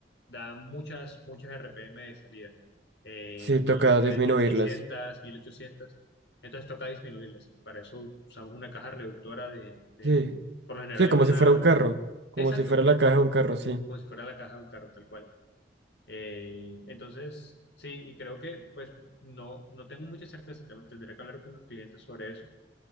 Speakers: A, on the left; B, on the right.
A: da muchas, muchas RPM de salida, eh,
B: Sí,
A: mi
B: toca
A: tres
B: disminuirlas.
A: mil seiscientos, mil ochocientos entonces toca disminuirlas. Para eso usamos una caja reductora de, de-
B: Sí,
A: por lo general
B: sí,
A: es
B: como
A: una,
B: si fuera un carro, como
A: sí, exacto,
B: si fuera la caja de un carro, sí.
A: como si fuera la caja de un carro, tal cual. Eh, entonces, sí, y creo que pues no, no tengo mucha certeza, tengo- tendré que hablar con los clientes sobre eso,